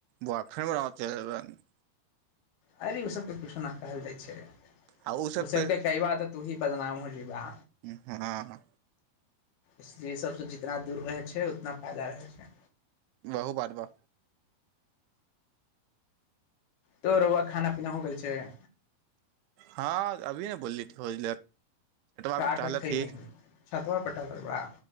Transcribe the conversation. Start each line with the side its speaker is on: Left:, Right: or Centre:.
Right: बॉयफ्रेंड <unintelligible>
Left: अरे ओ सबके कुछोना कहल जाइ छैय
Right: आ
Left: उ
Right: सब
Left: सबके
Right: पे
Left: कई बात त तू ही बदनाम हो जईबा
Right: हँ
Left: इसलिए सभसँ जितना दूर रहै छैय उतना फइदा रहै छैय
Right: बहु बार बा
Left: तो रौआ खाना पीना हो गेल छैय
Right: हँ अभी ने बोलली <unintelligible>
Left: कए
Right: पे टहलत
Left: कऽ खयहनि
Right: ही
Left: छतबा पर टहलत बा